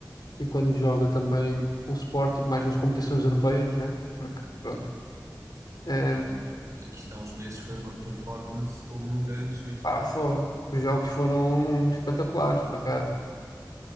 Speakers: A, on the left; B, on the right.
A: e quando joga também o Sporting, mais nas competições europeias, né? Porque, pronto, eh,
B: Alguma- Isto há uns meses foi uma performance como nunca antes visto.
A: pá, fo- os jogos foram espetaculares, por acaso.